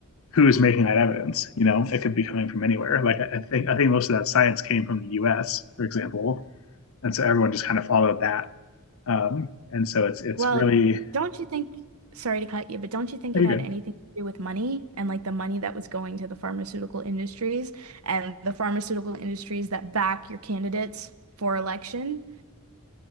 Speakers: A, on the left; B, on the right.
A: who is making that evidence? You know, it could be coming from anywhere. Like I, I think I think most of that science came from the U.S., for example, and so everyone just kind of followed that. Um, and so it's it's
B: Well,
A: really
B: don't you think, sorry to cut you, but don't you think
A: pretty
B: it had
A: good.
B: anything to do with money and like the money that was going to the pharmaceutical industries and the pharmaceutical industries that back your candidates for election?